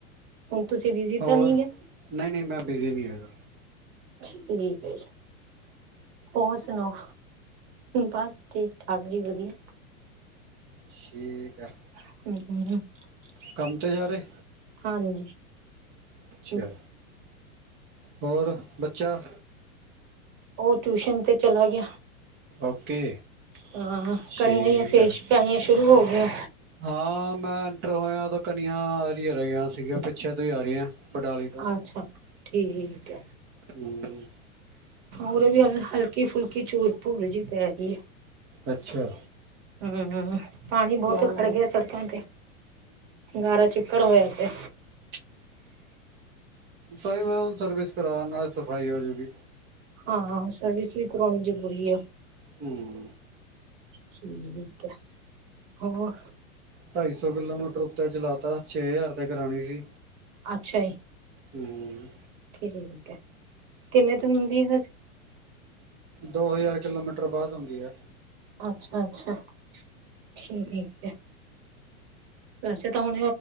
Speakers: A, on the right (about 50°); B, on the right (about 25°).
A: ਹੁਣ ਤੁਸੀਂ ਬਿਜੀ
B: ਹੋਰ
A: ਤਾਂ ਨੀ ਗੇ।
B: ਨਹੀਂ ਨਹੀਂ, ਮੈਂ ਬਿਜੀ ਨਹੀਂ ਹੈਗਾ।
A: ਠੀਕ ਹੈ ਜੀ, ਔਰ ਸੁਣਾਓ? ਬਸ ਠੀਕ ਠਾਕ ਜੀ ਵਧੀਆ।
B: ਠੀਕ ਹੈ।
A: <unintelligible>
B: ਕੰਮ ਤੇ ਜਾ ਰਹੇ।
A: ਹਾਂਜੀ।
B: ਅੱਛਾ
A: <unintelligible>
B: ਹੋਰ ਬੱਚਾ
A: ਉਹ ਟਿਊਸ਼ਨ ਤੇ ਚਲਾ ਗਿਆ
B: ਓਕੇ
A: ਹਾਂ
B: ਠੀਕ
A: ਕਣੀਆਂ ਏ ਫਿਰ
B: ਹੈ
A: ਸ ਪੈਣੀਆਂ ਸ਼ੁਰੂ ਹੋ ਗਈਆਂ।
B: ਹਾਂ ਮੈਂ ਐਂਟਰ ਹੋਇਆ ਕਣੀਆਂ ਆਂ ਰਹੀਆਂ ਸੀਗੀਆਂ ਪਿੱਛੇ ਤੋਂ ਹੀ ਆ ਰਹੀਆਂ। ਬਡਾਲੀ ਤੋਂ
A: ਅੱਛਾ ਠੀਕ-ਠੀਕ,
B: ਹੂੰ
A: ਉਰੇ ਵੀ ਹਲਕੀ ਫੁਲਕੀ ਚੂੂਰ ਭੂੂਰ ਜਿਹੀ ਪੈ ਗਈ ਹੈ।
B: ਅੱਛਾ,
A: ਹੂੰ-ਹੂੰ, ਪਾਣੀ ਬਹੁਤ
B: ਉਹ
A: ਖੜ ਗਿਆ, ਸੜਕਾਂ ਤੇ ਗਾਰਾ ਚਿੱਕੜ ਹੋਇਆ ਪਿਆ।
B: <inaudible> ਭਾਈ ਮੈਂ ਹੁਣ ਸਰਵਿਸ ਕਰਾ ਨਾਲੇ ਸਫ਼ਾਈ ਹੋਜੂਗੀ।
A: ਹਾਂ ਸਰਵਿਸ ਵੀ ਕਰਵਾਉਣੀ ਜ਼ਰੂਰੀ ਹੈ।
B: ਹੂੰ,
A: ਠੀਕ ਹੈ ਹੋਰ
B: ਢਾਈ ਸੌ ਕਿਲੋਮੀਟਰ ਉੱਤੇ ਚਲਾਤਾ ਛੇ ਹਜ਼ਾਰ ਤੇ ਕਰਾਣੀ ਸੀ।
A: ਅੱਛਾ ਜੀ।
B: ਹੂੰ,
A: ਠੀਕ ਹੈ ਕਿੰਨੇ ਤੋਂ ਹੁੰਦੀ ਹੈ ਬਸ
B: ਦੋ ਹਜ਼ਾਰ ਕਿਲੋਮੀਟਰ ਬਾਅਦ ਹੁੰਦੀ ਹੈ।
A: ਅੱਛਾ-ਅੱਛਾ ਠੀਕ ਹੈ। ਵੈਸੇ ਤਾਂ ਹੁਣ